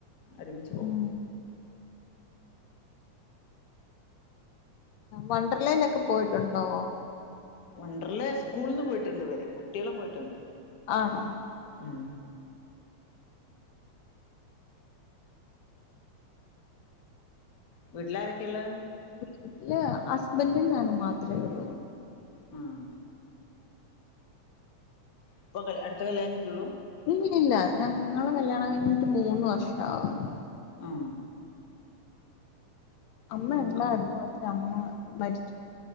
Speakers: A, on the left (about 50°); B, on the left (about 75°).
A: ഒരുമിച്ചു പോവും
B: ഉം വണ്ടർലാ ഒക്കെ പോയിട്ടുണ്ടോ?
A: വണ്ടർലാ സ്കൂളിൽ നിന്ന് പോയിട്ടുണ്ട് ഇവരെ കുട്ടികളെ പോയിട്ടുണ്ട്.
B: ആണോ?
A: ഉം വീട്ടിലാരൊക്കെയാ ഉള്ളെ
B: വീട്ടില് ഹുസ്‌ബൻഡും ഞാനും മാത്രമേ ഉള്ളൂ
A: ഉം ഇപ്പൊ അടുത്ത കല്യാണം കഴിഞ്ഞിട്ടേള്ളൂ
B: ഇല്ല ഇല്ല ഞങ്ങളെ കല്യാണം കഴിഞ്ഞിട്ട് മൂന്ന് വർഷം ആകുന്നു
A: ഉം
B: അമ്മ
A: ഉം
B: ഒണ്ടായിരുന്നു പക്ഷെ അമ്മ മരിച്ചു